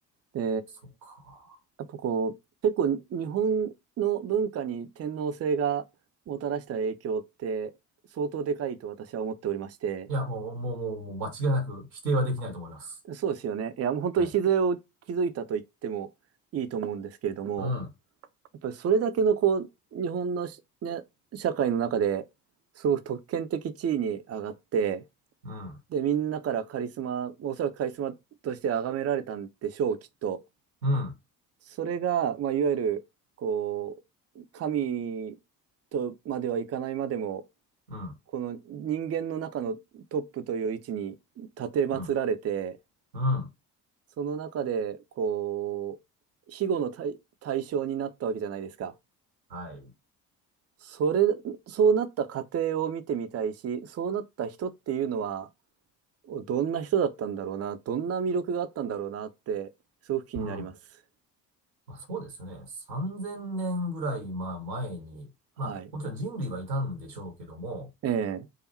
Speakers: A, on the right; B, on the right.
A: で、
B: そっか。
A: やっぱこう、結構日本の文化に天皇制がもたらした影響って相当でかいと私は思っておりまして、
B: いや、もう、もう、もう、もう間違いなく否定はできないと思います。
A: そうですよね。いや、もう本当礎を築いたと言ってもいいと思うんですけれども、
B: はい。うん、
A: やっぱりそれだけのこう、日本のしね、社会の中で、すごく特権的地位に上がって、
B: うん、
A: で、みんなからカリスマ、おそらくカリスマとして崇められたんでしょう、きっと。
B: うん、
A: それが、まあ、いわゆる、こう、神とまではいかないまでも、
B: うん、
A: この人間の中のトップという位置に立て祀られて、
B: うん、うん。
A: その中で、こう、庇護の対、対象になったわけじゃないですか。
B: はい。
A: それ、そうなった過程を見てみたいし、そうなった人っていうのは、どんな人だったんだろうな、どんな魅力があったんだろうなって、すごく気になります。
B: うん。まあ、そうですよね。3000年ぐらい、まあ、前に、
A: はい。
B: まあ、もちろん人類はいたんでしょうけども、
A: ええ。